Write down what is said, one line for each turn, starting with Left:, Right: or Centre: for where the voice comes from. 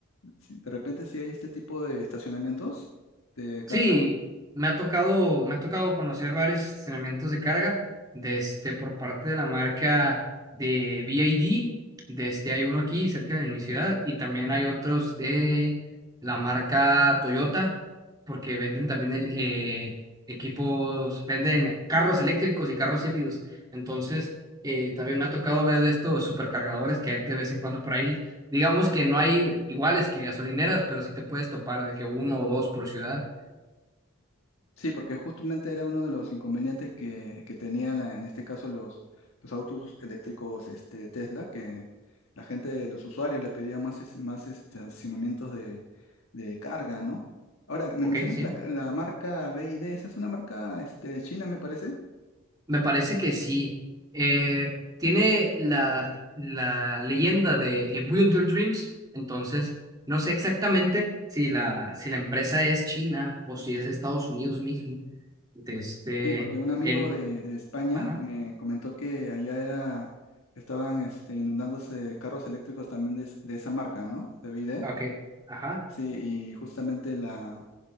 Left: si- de repente si hay este tipo de estacionamientos de carga?
Right: Sí, me ha tocado, me ha tocado conocer varios estacionamientos de carga de este, por parte de la marca de B I D, De este, hay uno aquí cerca de mi ciudad y también hay otros de la marca Toyota, porque venden también el, eh, equipos, venden carros eléctricos y carros híbridos. Entonces, eh, también me ha tocado ver de estos supercargadores que hay de vez en cuando por ahí. Digamos que no hay iguales que gasolineras, pero sí te puedes topar de que uno o dos por ciudad.
Left: Sí, porque justamente era uno de los inconvenientes que, que tenían ah, en este caso los, los autos eléctricos este, Tesla, que la gente, los usuarios le pedían más, es- más este, estacionamientos de, de carga, ¿no? Ahora, me
Right: Ok,
Left: mencionas
Right: sí.
Left: la, ca- la marca BYD, esa es una marca este, china, me parece.
Right: Me parece que sí. Eh, tiene la, la leyenda de eh, Build Your Dreams. Entonces, no sé exactamente si la, si la empresa es China o si es de Estados Unidos mismo. De Este,
Left: Sí, porque un amigo
Right: en,
Left: de, de España
Right: ajá,
Left: me comentó que allá era, estaban este, inundándose carros eléctricos también de, es- de esa marca, ¿no? De BYD.
Right: ok, ajá,
Left: Sí, y justamente la